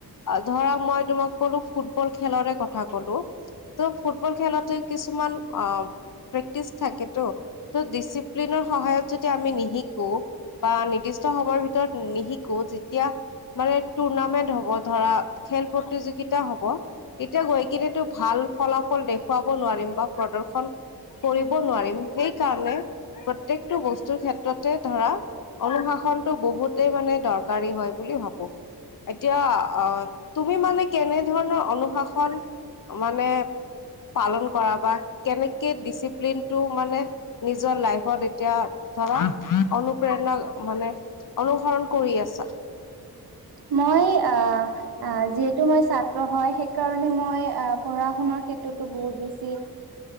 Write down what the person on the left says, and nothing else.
ধৰা মই তোমাক কলোঁ ফুটবল খেলৰে কথা কলো। ত' ফুটবল খেলতে কিছুমান অঁ' প্ৰেক্টিচ থাকেতো। ত' ডিচিপ্লিনৰ সহায়ত যদি আমি নিশিকো বা নিৰ্দিষ্ট সময়ৰ ভিতৰত নিশিকো তেতিয়া মানে টুৰ্ণামেন্ট হ'ব ধৰা খেল প্ৰতিযোগিতা হ'ব তেতিয়া গৈ কেনেতো ভাল ফলাফল দেখুৱাব নোৱাৰিম বা প্ৰদৰ্শন কৰি ৱ নোৱাৰিম। সেইকাৰণে প্ৰত্যেকটো বস্তুৰ ক্ষেত্ৰতে ধৰা অনুশাসনটো বহুতেই মানে দৰকাৰী হয় বুলি ভাবোঁ। এতিয়া আহ' তুমি মানে কেনে ধৰণৰ অনুশাসন মানে পালন কৰা বা কেনেকে দিচি প্লিনটো মানে নিজৰ লাইফত এতিয়া ধৰা অনুপ্ৰেৰণা মানে অনুসৰণ কৰি আছা?